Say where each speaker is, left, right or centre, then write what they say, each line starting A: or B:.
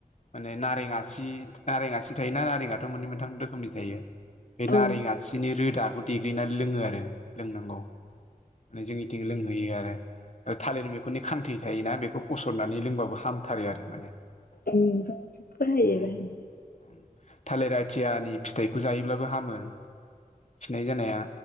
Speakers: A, on the left; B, on the left.
A: माने नारें आसि नारें आसि थायो ना नारेंथ' मोननै मोनथाम रोखोमनि थायो बे
B: औ उम
A: नारें आसिनि रोदाखौ देग्लिनानै लोङो आरो लोंनांगौ माने जोंनिथिं लोंहोयो आरो थालिरनि बेनि खान्थि थायोना बेखौ असननानै लोंबाबो हामथारो आरो माने
B: ओं जोंनिथिंबो बाहायो
A: उम
B: बाहायनो
A: उम थालिर आथियानि फिथाइखौ जायोब्लाबो हामो खिनाय जानाया